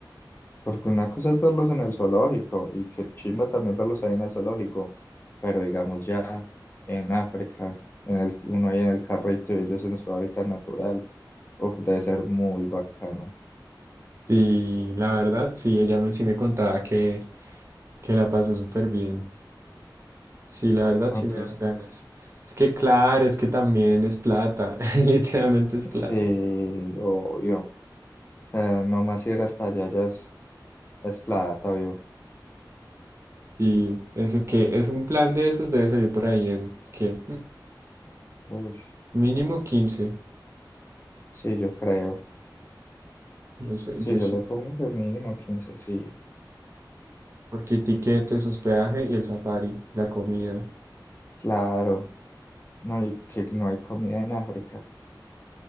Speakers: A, on the left (about 30°); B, on the right (about 35°).
A: porque una cosa es verlos en el zoológico y que chimba también verlos ahí en el zoológico, pero digamos ya en África, en el, uno ahí en el carrito y ellos en su hábitat natural, uf, debe ser muy bacano.
B: Sí, la verdad, sí, ella me, sí me contaba que, que la pasó súper bien. Sí, la verdad,
A: Okay.
B: sí me dan ganas. Es que claro, es que también es plata, <laughs> literalmente es plata.
A: Sí, obvio, eh, nomás ir hasta allá ya es, es plata, obvio.
B: Sí, eso que es un plan de esos debe salir por ahí en que
A: Ush,
B: mínimo quince
A: sí, yo creo,
B: yo sé,
A: sí,
B: yo
A: yo
B: sí,
A: le pongo que mínimo 15, sí,
B: porque tiquetes, hospedaje y el safari, la comida.
A: claro, no, y que no hay comida en África.